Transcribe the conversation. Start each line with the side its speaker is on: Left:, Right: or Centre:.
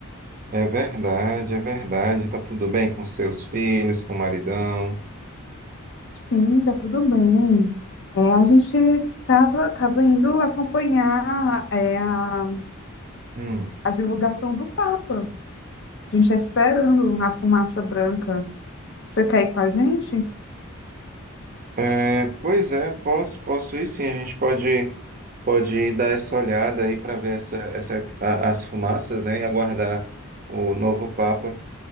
Right: É verdade, é verdade. Está tudo bem com seus filhos, com o maridão?
Left: Sim, tá tudo bem. É, a gente tava, tava indo acompanhar é, a,
Right: Hum.
Left: a divulgação do Papa. A gente está esperando a fumaça branca. Você quer ir com a gente?
Right: É, pois é, posso, posso ir sim. A gente pode, pode ir dar essa olhada aí para ver essa, essa, a- as fumaças, né? E aguardar o novo Papa.